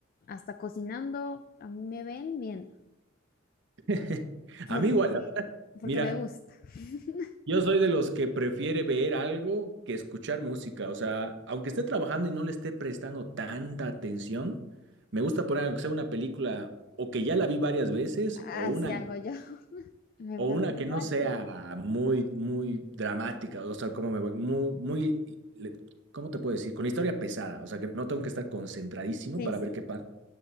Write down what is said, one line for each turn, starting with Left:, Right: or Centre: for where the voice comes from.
Left: Hasta cocinando, a mí me ven bien
Right: <laughs>
Left: porque,
Right: A mí igual, la-
Left: porque
Right: mira,
Left: me gusta. <laughs>
Right: Yo soy de los que prefiere ver algo que escuchar música. O sea, aunque esté trabajando y no le esté prestando tanta atención, me gusta poner aunque sea una película o que ya la vi varias veces o
Left: Así
Right: una,
Left: hago yo. <laughs> Me
Right: o
Left: pasa
Right: una
Left: igual.
Right: que no sea muy, muy dramática. O sea, como me voy, muy, muy, le- ¿cómo te puedo decir? Con la historia pesada. O sea, que no tengo que estar concentradísimo
Left: Sí,
Right: para
Left: sí.
Right: ver qué pasa.